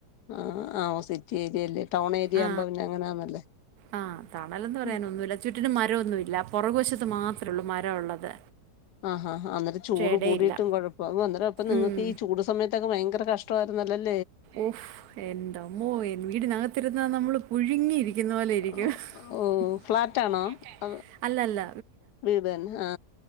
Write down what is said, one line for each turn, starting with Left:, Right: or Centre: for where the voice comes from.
Left: ആഹ് ആഓ സിറ്റി ഏരിയല്ലേ. ടൗൺ ഏരിയ
Right: ആ
Left: ആവുമ്പോ പിന്നെ അങ്ങനാന്നല്ലേ.
Right: ആ തണലെന്ന് പറയാനൊന്നുല്ല
Left: ഉം.
Right: ചുറ്റിന് മരമൊന്നുമില്ല. പുറകുവശത്ത് മാത്രേള്ളൂ മരഉള്ളത്.
Left: ആ ഹ ഹാ ന്നിട്ട് ചൂട്
Right: ഇടയില്ല
Left: കൂടിയിട്ടും കുഴപ്പം അവു അന്നര അപ്പ നിങ്ങൾക്ക്
Right: ഉം
Left: ഈ ചൂട് സമയത്തൊക്കെ ഭയങ്കര കഷ് ടാര്ന്നലെൽ
Right: ഓഹ് എന്റ മ്മോ എൻ വീട്നക ത്തിരുന്നാ നമ്മള് പുഴുങ്ങിയിരി ക്ക്ന്ന പോലെ ഇരിക്കും.
Left: ഓ ഓ,
Right: ഹ്
Left: ഫ്ലാറ്റാണോ
Right: ഹ്
Left: അത്
Right: അല്ലല്ല
Left: വീട് തന്നെ ആ